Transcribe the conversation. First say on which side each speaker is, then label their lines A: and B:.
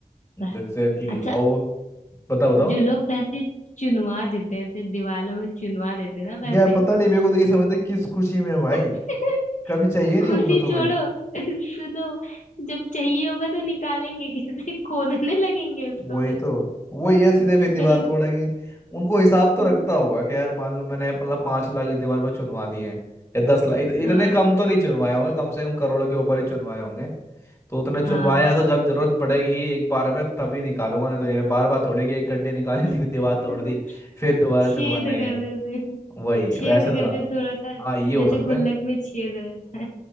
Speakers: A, on the left; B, on the left.
A: प-
B: एग्जैक्टली
A: अच्छा
B: और वो- बताओ बताओ
A: जो लोग पैसे चुनवा देते हैं ऐसे दीवालों में चुनवा देते हैं ना पैसे
B: यार पता नहीं मेरे को तो ये समझते किस खुशी में भाई
A: <laughs>
B: कभी चाहिए नहीं
A: खुशी
B: होगा तुम्हें
A: छोड़ो <laughs> सुनो जब चाहिए होगा तो निकालेंगे कैसे खोदने लगेंगे उसको
B: वही
A: फिर
B: तो वो ये सीधे फिर दीवार
A: चलो
B: तोड़ेंगे उनको हिसाब
A: <laughs>
B: तो रखता होगा कि यार मान लो मैंने मतलब पांच लाख इस दीवार पर चुनवा दिए हैं या दस लाख इत, इतने
A: हाँ
B: कम तो नहीं चुनवाए होंगे कम से कम करोड़ों के ऊपर ही चुनवाए होंगे तो उतने चुनवाए
A: हाँ
B: हैं तो जब जरूरत पड़ेगी एक बार में तभी निकालूंगा नहीं तो नहीं बार बार थोड़े कि एक गड्ढे निकाली
A: <laughs>
B: थी <laughs> फिर दीवार तोड़ दी फिर दोबारा
A: छेद
B: चुनवाना ही
A: कर
B: है
A: देते हैं।
B: वही
A: छेद
B: वैसे तो
A: करते
B: हाँ
A: थोड़ा सा
B: हाँ, ये हो
A: जैसे
B: सकता
A: गुल्लक
B: है
A: में छेद रहता है